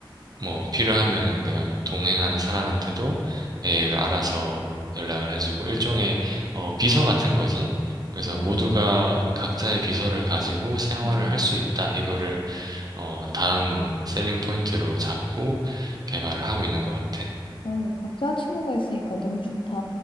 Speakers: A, on the right (about 50°); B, on the left (about 75°).
A: 뭐 필요하면은 내가 동행하는 사람한테도 얘가 알아서 연락을 해주고 일종의 어, 비서 같은 거지. 그래서
B: 야,
A: 모두가 각자의 비서를 가지고 생활을
B: 음.
A: 할 수 있다. 이거를 어, 다음 셀링 포인트로 잡고 개발을 하고 있는 것 같아.
B: 아유, 박사 친구가 있으니까 너무 좋다.